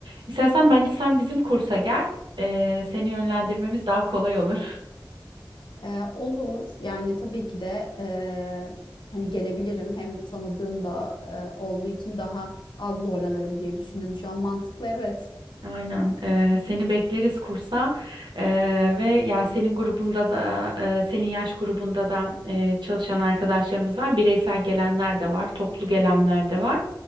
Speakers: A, on the right (about 80°); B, on the left (about 80°).
A: İstersen bence sen bizim kursa gel. Ee, seni yönlendirmemiz daha kolay olur. <laughs>
B: Ee, olur. Yani tabii ki de e, hani gelebilirim. Hem tanıdığım da e, olduğu için daha az zorlanırım diye düşündüm. Şu an mantıklı evet.
A: Aynen. Ee, seni bekleriz kursa Ee, ve ya senin grubunda da e, senin yaş grubunda da e, çalışan arkadaşlarımız var. Bireysel gelenler de var, toplu gelenler de var.